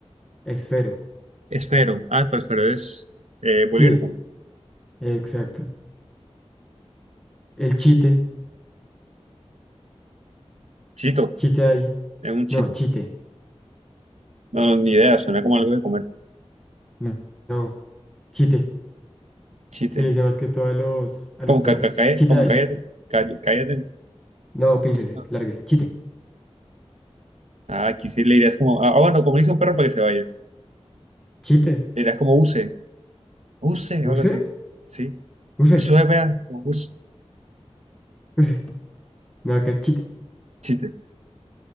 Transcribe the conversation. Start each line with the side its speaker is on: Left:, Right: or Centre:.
Centre: Esfero.
Right: Esfero. Ah, pero esfero es eh,
Centre: Sí,
Right: bolígrafo, ¿no?
Centre: exacto. El chite.
Right: Chito.
Centre: Chite ahí.
Right: Es un chito.
Centre: No, chite.
Right: No, no, ni idea. Suena como algo de comer.
Centre: No, no, chite.
Right: Chite.
Centre: Se le dice más que todo a los, a
Right: Como,
Centre: los perros.
Right: ca- ca- cae-
Centre: Chite
Right: como
Centre: ahí.
Right: cállate, calle- cállate, ¿no?
Centre: No, pícese,
Right: Ah,
Centre: lárguese. Chite.
Right: Ah, aquí sí le dirías como, ah, ah, bueno, como le dice un perro para que se vaya.
Centre: Chite.
Right: Le dirías como use, use,
Centre: ¿Use?
Right: o algo así. Sí.
Centre: ¿Use?
Right: Use, vea, como use.
Centre: ¿Use? No, acá es chite.
Right: Chiste.